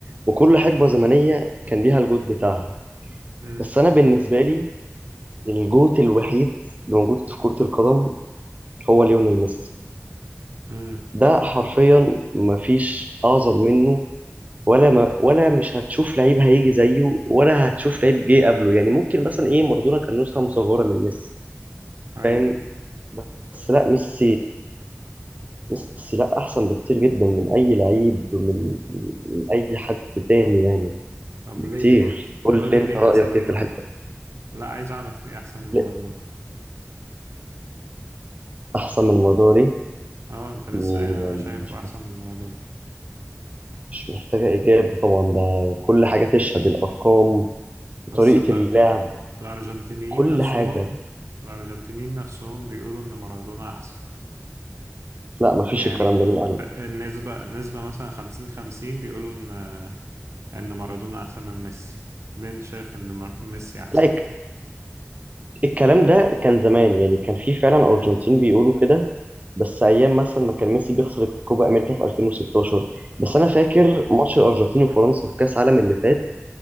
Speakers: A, on the right; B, on the right.
A: وكل حقبة زمنية كان ليها الجوت بتاعها
B: امم
A: بس انا بالنسبة لي الجوت الوحيد اللي موجود في كرة القدم هو ليونيل ميسي
B: امم
A: ده حرفيا مفيش اعظم منه ولا ما ولا مش هتشوف لعيب هيجي زيه ولا هتشوف لعيب جه قبله يعني ممكن مثلا ايه مارادونا كان نسخة مصغرة من ميسي
B: اي
A: فاهم بس لا ميسي ميسي لا احسن بكتير جدا من اي لعيب من من اي حد تاني يعني
B: طب
A: بكتير
B: ليه برضه
A: قول
B: قول
A: لي
B: لي
A: انت
B: ليه
A: رايك
B: احسن من
A: ايه
B: مارادونا
A: في الحته دي
B: لا عايز اعرف ليه احسن من
A: لا
B: مارادونا
A: احسن من الموضوع دي
B: اه انت لسه
A: دي
B: قايل انا
A: يعني
B: شايفه
A: مش
B: احسن من مارادونا
A: مش محتاجه اجابه طبعا ده كل حاجه تشهد الارقام
B: بس
A: طريقه
B: الأر...
A: اللعب
B: الارجنتينيين
A: كل
B: نفسهم
A: حاجه
B: الارجنتينيين نفسهم بيقولوا ان مارادونا احسن
A: لا مفيش
B: يعني
A: الكلام ده مين قال
B: ب...
A: لك؟
B: النسبة نسبة مثلا خمسين خمسين بيقولوا ان ان مارادونا احسن من ميسي ليه انت شايف ان مر... ميسي احسن
A: لا الكلام ده كان زمان يعني كان في فعلا أرجنتين بيقولوا كده بس أيام مثلا ما كان ميسي بيخسر الكوبا أمريكا في 2016 بس أنا فاكر ماتش الأرجنتين وفرنسا في كأس العالم اللي فات